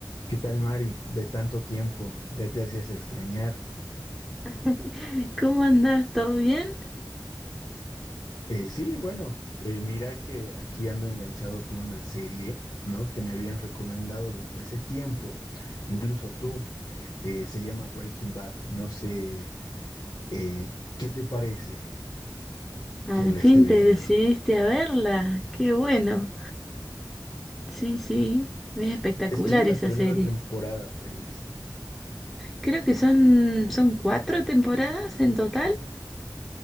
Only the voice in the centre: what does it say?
<laughs> ¿Cómo andás? ¿Todo bien?
Al
fin
te decidiste a verla. Qué bueno. Sí, sí, es espectacular
esa
serie.
Creo que son, son cuatro temporadas en total.